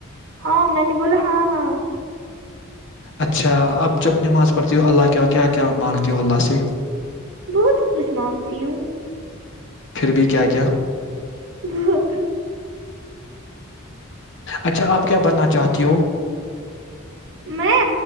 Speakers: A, on the right (about 55°); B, on the left (about 55°).
A: ہاں میں نے بولا ہاں ہاں
B: اچھا اب جب نماز پڑھتی ہو اللہ کیا کیا کیا مانگتی ہو اللہ سے
A: بہت کچھ مانگتی ہوں
B: پھر بھی کیا کیا؟
A: بہت
B: اچھا آپ کیا بننا چاہتی ہو
A: میں